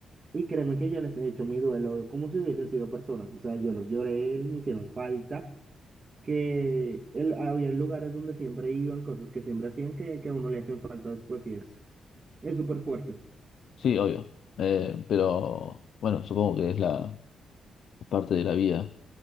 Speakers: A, on the right; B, on the left.
A: Y créeme que yo les he hecho mi duelo como si hubiesen sido personas. O sea, yo los lloré, me hicieron falta, que él, había lugares donde siempre iban, cosas que siempre hacían que, que a uno le hacen falta después y es es súper fuerte.
B: Sí, obvio. Eh, pero bueno, supongo que es la es parte de la vida